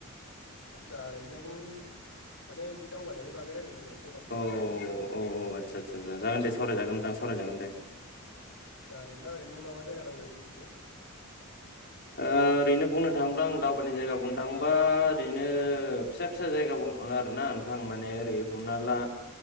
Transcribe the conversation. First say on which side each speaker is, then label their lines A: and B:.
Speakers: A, on the left; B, on the left.
A: आदसा नोंथांजों माने बिदि दावबायनायनि बागै रायलायनो होननानै
B: अ औ औ आदसा आदसा सा जागोन दे सावरायजागोन नोंथां सावरायजागोन दे।
A: आदसा नोंथाङा ओरैनो मा मा जायगा दावबायहैनो मोन खो?
B: ओ ओरैनो बुंनो थाङोब्ला आं दावबायनाय जायगा बुंनो थाङोबा ओरैनो फिसा फिसा जायगा बुं ओ आरोना नोंथां माने ओरै हमना ला